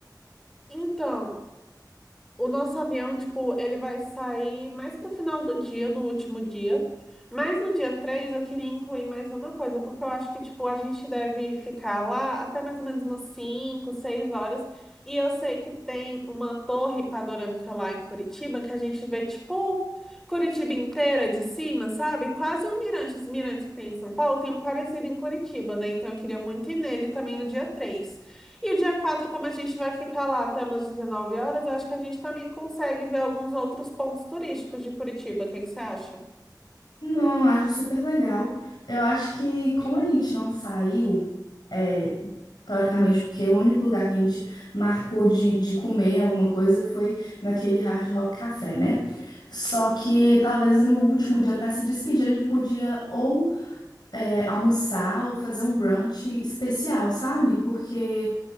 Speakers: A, in the centre; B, on the left.
A: Então, O nosso avião, tipo, ele vai sair mais pro final do dia, do último dia. Mas no dia 3 eu queria incluir mais uma coisa, porque eu acho que, tipo, a gente deve ficar lá até mais ou menos umas 5 6 horas. E eu sei que tem uma torre panorâmica lá em Curitiba que a gente vê, tipo, Curitiba inteira de cima, sabe? Quase um mirante. Os mirantes que tem em São Paulo tem um parecido em Curitiba, né? Então eu queria muito ir nele também no dia três e o dia 4, como a gente vai ficar lá até umas 19 horas, eu acho que a gente também consegue ver alguns outros pontos turísticos de Curitiba. O que que você acha?
B: Não, acho super legal. Eu acho que como a gente não saiu. é, Teoricamente, porque o único lugar que a gente marcou de, de comer alguma coisa foi naquele Hard Rock Café, né? Só que talvez no último dia para se despedir a gente podia ou é, almoçar ou fazer um brunch especial, sabe? Porque